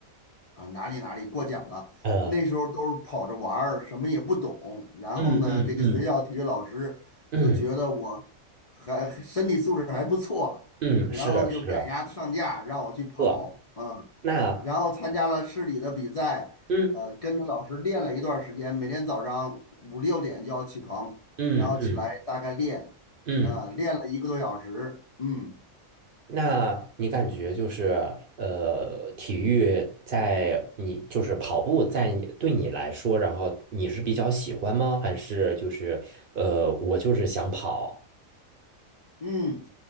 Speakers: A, on the left (about 60°); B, on the right (about 50°).
A: 啊，哪里哪里过奖了。
B: 呃，
A: 那时候都是跑着玩儿，什么也不懂。然后呢，
B: 嗯嗯嗯
A: 这个学校体育老师就觉得我还身体素质还不错，
B: 嗯嗯，
A: 然后就赶鸭子上架，
B: 是是，
A: 让我去跑啊。
B: 呃，那
A: 然后参加了市里的比赛，
B: 嗯
A: 呃，跟着老师练了一段时间，每天早上五六点就要起床，
B: 嗯嗯
A: 然后起来大概练，
B: 嗯，
A: 啊，练了一个多小时，嗯
B: 那你感觉就是呃，体育在你就是跑步在你对你来说，然后你是比较喜欢吗？还是就是呃，我就是想跑？
A: 嗯，